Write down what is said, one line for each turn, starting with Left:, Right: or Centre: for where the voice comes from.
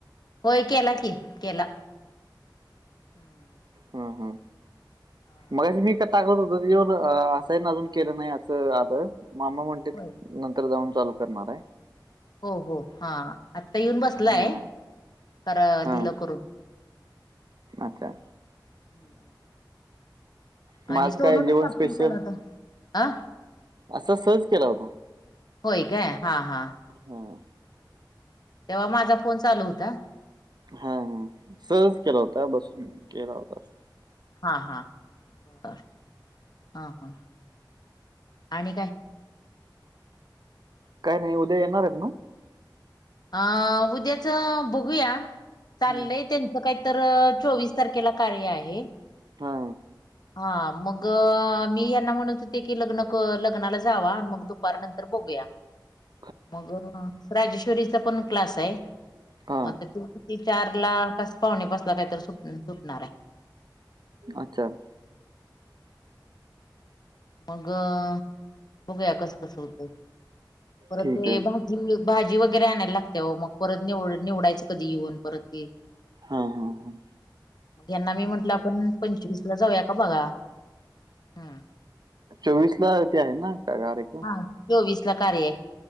Left: होय, केला की केला. हम्म
Right: ह ह,
Left: हा
Right: मगाशी मी कर सांगत होतो येऊन असंही अजून केलं नाही, असं आल मामा म्हणतेत
Left: होय
Right: नंतर जाऊन चालू करणार आहे.
Left: हो हो हा आ आता येऊन बसलाय
Right: हा
Left: तर, अ
Right: हा
Left: दिल करून.
Right: अच्छा!
Left: ह. ह.
Right: मग
Left: आणि
Right: आज
Left: सोलून
Right: काय जेवण
Left: कापून
Right: स्पेशल
Left: ठेवल तर, आ
Right: असा सहज केला होता
Left: होय काय हा हा
Right: हा
Left: तेव्हा माझा फोन चालू होता
Right: हा म सहज केला होता बसून केला होता अस
Left: हां हां बर हा हां आणि काय
Right: काय नाही उद्या येणार आहेत ना
Left: अ उद्याच बघूया चाललंय
Right: हं.
Left: त्यां कायतर अ चोवीस तारखेला कार्य आहे
Right: हा
Left: हा मगअ मी यांना म्हणत होते की लग्न लग्नाला जावा मग दुपार नंतर बघूया
Right: ह <inaudible>
Left: मगअ राजेश्वरीचा पण क्लास आहे
Right: हा
Left: म ते <unintelligible> चार ला कस पावणेपाचसला काहीतरी सुट सुटणार आहे
Right: अच्छा
Left: मग अ बघूया कस कस होतंय परत
Right: ठीक
Left: मी
Right: आहे.
Left: ह भाजी वगैरे आणायला लागते मग परत निव निवडायचं कधी येऊन परत ते
Right: हा हा हा
Left: मग ह्यांना मी म्हंटलं आपण पंचवीस ला जाऊया का बघा हम्
Right: चोवीस ला ते आहे कार्यक्रम
Left: हा चोवीस ला कार्य आहे